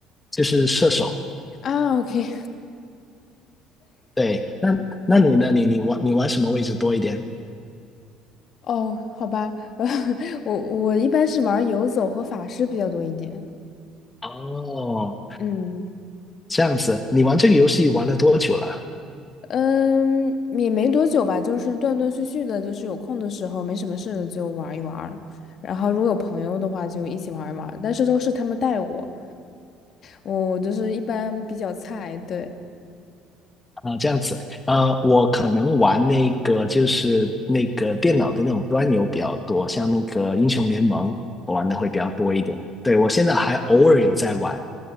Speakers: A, on the left; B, on the left.
A: 就是射手，
B: 啊，OK，
A: 对，那那你呢？你你玩你玩什么位置多一点？
B: 哦，好吧，<laughs> 呃，我我一般是玩游走和法师比较多一点。
A: 哦，
B: 嗯
A: 这样子，你玩这个游戏玩了多久了？
B: 嗯，也没多久吧，就是断断续续的，就是有空的时候没什么事了就玩一玩，然后如果有朋友的话就一起玩一玩，但是都是他们带我，我就是一般比较菜，对。
A: 啊、这样子，呃，我可能玩那个就是那个电脑的那种端游比较多，像那个英雄联盟，我玩的会比较多一点。对，我现在还偶尔有在玩。